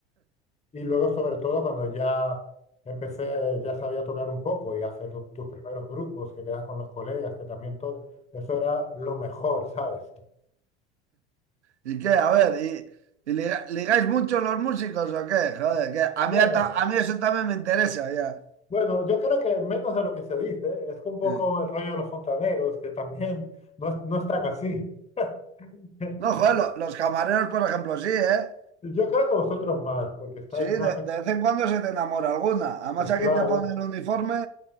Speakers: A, on the left (about 20°); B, on the right (about 90°).
A: Y luego, sobre todo, cuando ya empecé, ya sabía tocar un poco y hacer los- tus primeros grupos, que quedas con los colegas, que también todo, eso era lo mejor, <laughs> ¿sabes?
B: ¿Y qué? A ver, ¿y, y liga- ligáis mucho los músicos o qué? Joder, que a
A: Bueno,
B: mí, ata- a mí eso también me interesa ya.
A: bueno, yo creo que menos de lo que se dice, es un poco
B: <laughs>
A: el rollo de los fontaneros, que también no, es- no están así. <laughs>
B: No, joder, lo- los camareros, por ejemplo, sí, ¿eh?
A: Yo creo que vosotros más, porque estáis
B: Sí, de,
A: más en...
B: de vez en cuando se te enamora alguna. Además aquí
A: Claro.
B: te pone el uniforme.